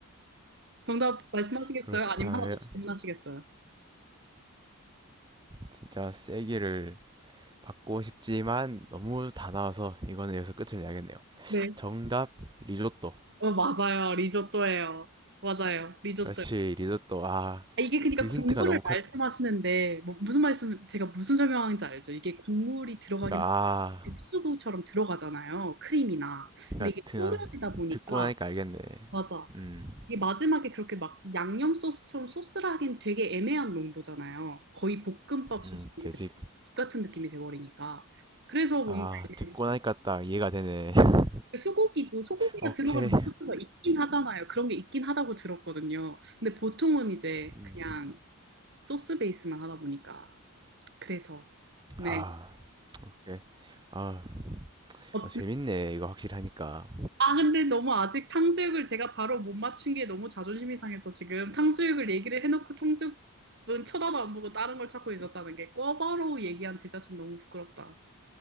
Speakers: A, on the right; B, on the right.
A: 정답 말씀하시겠어요?
B: 그렇다면,
A: 아니면 하나 더 질문하시겠어요?
B: 진짜 세기를 받고 싶지만, 너무 다 나와서, 이거는 여기서 끝을 내야겠네요.
A: 네.
B: 정답, 리조또.
A: 어, 맞아요. 리조또예요. 맞아요. 리조또.
B: 그렇지, 리조또. 아,
A: 아, 이게 그러니까
B: 그
A: 국물을
B: 힌트가 너무 컸,
A: 말씀하시는데 뭐 무슨 말씀 제가 무슨 설명하는지 알죠? 이게 국물이 들어가긴
B: 그니까, 아,
A: 하는데 육수구처럼 들어가잖아요. 크림이나.
B: 그니까,
A: 근데 이게 졸여지다 보니까
B: 듣고 나니까 알겠네.
A: 맞아.
B: 음,
A: 이게 마지막에 그렇게 막 양념 소스처럼 소스라 하긴 되게 애매한 농도잖아요. 거의 볶음밥
B: 음,
A: 소스 이렇게
B: 돼지
A: 죽 같은 느낌이 돼버리니까. 그래서 뭔가
B: 아, 듣고
A: 애매했어요.
B: 나니까 딱 이해가 되네. <laughs>
A: 소고기도 소고기가
B: 오케이.
A: 들어가는 소스가 있긴 하잖아요. 그런 게 있긴 하다고 들었거든요. 근데 보통은 이제
B: 음,
A: 그냥 소스 베이스만 하다 보니까. 그래서, 네.
B: 아, 오케이. 아,
A: 어,
B: 어, 재밌네. 이거 확실히 하니까.
A: 아, 근데 너무 아직 탕수육을 제가 바로 못 맞춘 게 너무 자존심이 상해서 지금 탕수육을 얘기를 해놓고 탕수육은 쳐다도 안 보고 다른 걸 찾고 있었다는 게 꿔바로 얘기한 제 자신 너무 부끄럽다.